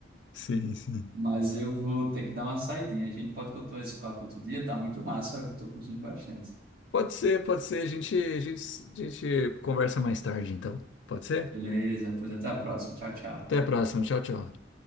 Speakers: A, on the left; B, on the right.
A: Sim, sim.
B: Mas eu vou ter que dar uma saidinha. A gente pode continuar esse papo outro dia, tá muito massa, eu tô curtindo bastante.
A: Pode ser, pode ser. A gente, a gente, a gente conversa mais tarde, então. Pode ser?
B: Beleza, pois até a próxima. Tchau, tchau.
A: Até a próxima. Tchau, tchau.